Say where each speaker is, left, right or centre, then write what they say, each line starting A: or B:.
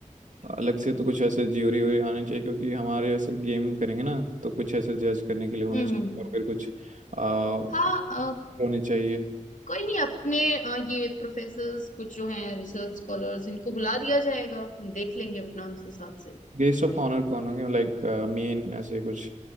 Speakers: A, on the right; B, on the left.
A: अलग से तो कुछ ऐसे ज्यूरी व्यूरी आने चाहिए क्योंकि हमारे ऐसे गेम करेंगे ना तो कुछ ऐसे जज करने के लिए होने
B: हम्म
A: चाहिए
B: हम्म।
A: और फिर कुछ आ,
B: हाँ अ,
A: होने चाहिए
B: कोई नहीं अपने अ, ये प्रोफेसर्स कुछ जो हैं रिसर्च स्कॉलर्स इनको बुला दिया जाएगा देख लेंगे अपना उस हिसाब से
A: गेस्ट ऑफ ऑनर कौन होंगे लाइक मेन ऐसे कुछ